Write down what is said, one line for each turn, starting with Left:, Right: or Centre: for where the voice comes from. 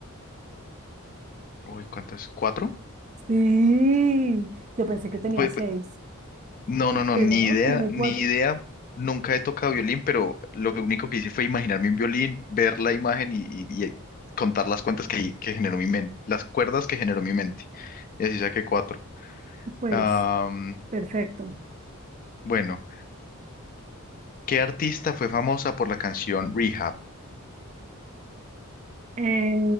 Left: Uy, ¿cuántas? ¿Cuatro?
Right: Sí, yo pensé que tenía
Left: Pues
Right: seis,
Left: No, no, no,
Right: pero
Left: ni
Right: no,
Left: idea,
Right: tiene
Left: ni
Right: cuatro.
Left: idea. Nunca he tocado violín, pero lo que- único que hice fue imaginarme un violín, ver la imagen y, y- y eh, contar las cuentas que, que generó mi mente, las cuerdas que generó mi mente. Y así saqué cuatro.
Right: Pues,
Left: Am,
Right: perfecto.
Left: bueno, ¿qué artista fue famosa por la canción Rehab?
Right: Eh,